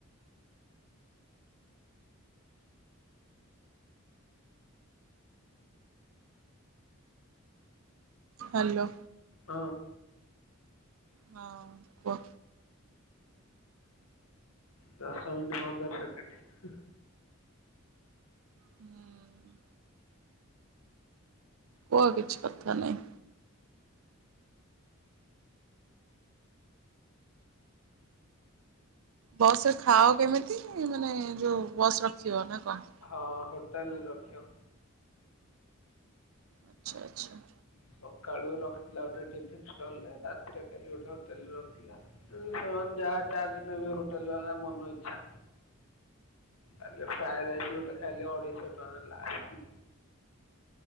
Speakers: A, on the right; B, on the left.
A: ହାଲୋ।
B: ହଁ।
A: ହଁ କୁଅ।
B: ଦଶ ମିନିଟ୍ <unintelligible>
A: ହୁଁ। କୁଅ, କିଛି କଥା ନାହିଁ। ବସ୍ ରେ ଖାଅ କେମିତି, ମାନେ ଯୋଉ ବସ୍ ରଖିବ ନା କଣ?
B: ହଁ ହୋଟେଲ୍ ରେ ରଖିବ।
A: ଆଚ୍ଛା ଆଚ୍ଛା।
B: ସକାଳୁ ରଖିଥିଲା ଗୋଟେ ଟିଫିନ୍ ଷ୍ଟଲ୍ ରେ ରାତିରେ କାଲି ଗୋଟେ ହୋଟେଲ୍ ରେ ରଖିଥିଲା। ସେମାନେ ଯାହା ତାହା ନେବେ ହୋଟେଲ୍ ବାଲା ମନ ଇଚ୍ଛା। କାଲି ଫ୍ରାଏ ରାଇସ୍ ଗୋଟେ ଖାଇଲି ଅଢେଇଶହ ଟଙ୍କା ହେଲା।